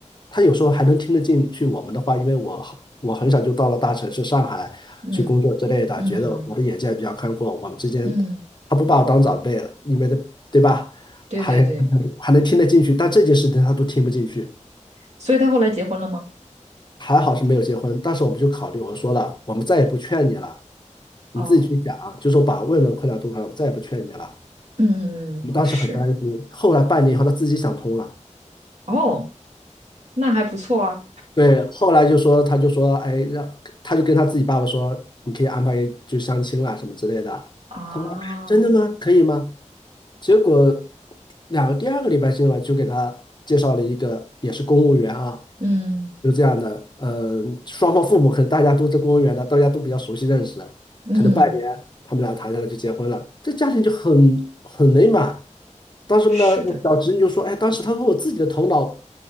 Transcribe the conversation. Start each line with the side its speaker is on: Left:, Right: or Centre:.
Left: 他有时候还能听得进去我们的话，因为我很我很小就到了大城市上海去工作之类的，
Right: 嗯嗯
Left: 觉得我的眼界比较开阔，我们之间
Right: 嗯，
Left: 他不把我当长辈了，因为的对吧？
Right: 对对对，
Left: 还还能听得进去，但这件事情他都听不进去。
Right: 所以他后来结婚了吗？
Left: 还好是没有结婚，当时我们就考虑，我说了，我们再也不劝你了，你自己去想，
Right: 哦，
Left: 就是我把问问困难都看了，我们再也不劝你了。
Right: 嗯嗯嗯，
Left: 我们当时很担心，
Right: 嗯是。
Left: 后来半年以后他自己想通了。
Right: 哦，那还不错啊。
Left: 对，后来就说，他就说，哎，让他就跟他自己爸爸说，你可以安排就相亲了什么之类的。
Right: 啊，
Left: 他们真的吗？可以吗？结果两个第二个礼拜之吧，就给他介绍了一个也是公务员啊，
Right: 嗯
Left: 就这样的。嗯，双方父母可能大家都是公务员的，大家都比较熟悉认识，
Right: 嗯，
Left: 可能半年他们俩谈下来就结婚了，这家庭就很很美满。当时呢，
Right: 是的，
Left: 我小侄女就说，哎，当时她说我自己的头脑